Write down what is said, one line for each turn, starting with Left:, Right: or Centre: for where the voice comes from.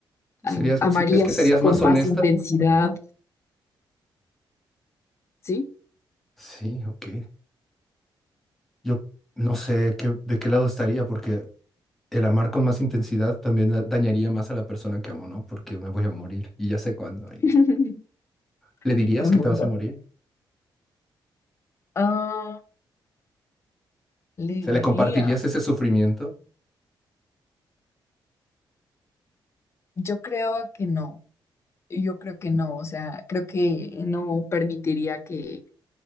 Left: Ay,
Centre: ¿Serías,
Left: Amarías
Centre: si crees que serías
Left: con
Centre: más
Left: más
Centre: honesta
Left: intensidad, ¿sí?
Centre: Sí, ok. Yo no sé qué, de qué lado estaría, porque el amar con más intensidad también da- dañaría más a la persona que amo, ¿no? Porque me voy a morir y ya sé cuándo. y-
Left: <laughs>
Centre: ¿Le dirías
Left: Buen
Centre: que
Left: punto.
Centre: te vas a morir?
Left: Ah, le
Centre: ¿Se le
Left: diría,
Centre: compartirías ese sufrimiento?
Left: yo creo que no, yo creo que no, o sea, creo que No permitiría que,